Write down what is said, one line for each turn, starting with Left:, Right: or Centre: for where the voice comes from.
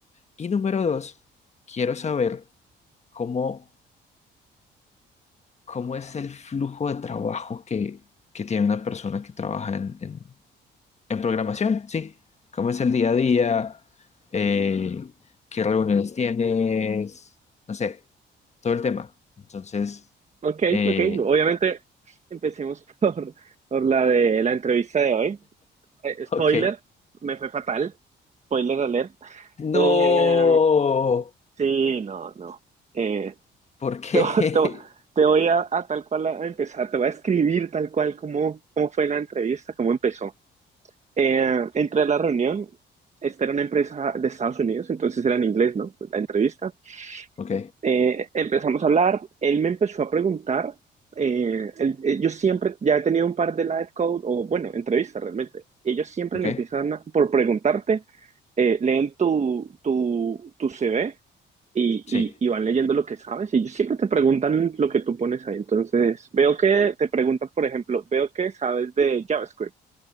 Left: Y número dos, quiero saber cómo, cómo es el flujo de trabajo que, que tiene una persona que trabaja en, en- en programación, ¿sí? ¿Cómo es el día a día? Eh, ¿qué reuniones tienes? No sé, todo el tema. Entonces,
Right: ok,
Left: eh,
Right: ok. Obviamente empecemos <laughs> por, por la de la entrevista de hoy. Eh, spoiler,
Left: <laughs> ok.
Right: me fue fatal. Spoiler alert.
Left: No,
Right: Eh, sí, no, no. Eh,
Left: ¿por
Right: <laughs>
Left: qué?
Right: te, vo- te- vo-
Left: <laughs>
Right: te voy a, a tal cual a empezar, te voy a escribir tal cual como, cómo fue la entrevista, cómo empezó. Eh, entré a la reunión, esta era una empresa de Estados Unidos, entonces era en inglés, ¿no? La entrevista.
Left: Ok,
Right: Eh, empezamos a hablar, él me empezó a preguntar, eh, él- eh, yo siempre ya he tenido un par de live code o bueno, entrevistas realmente, y ellos siempre
Left: ok,
Right: le empiezan a- por preguntarte, eh, leen tu, tu, tu CV y,
Left: sí,
Right: y, y van leyendo lo que sabes y ellos siempre te preguntan lo que tú pones ahí, entonces veo que te preguntan, por ejemplo, veo que sabes de JavaScript.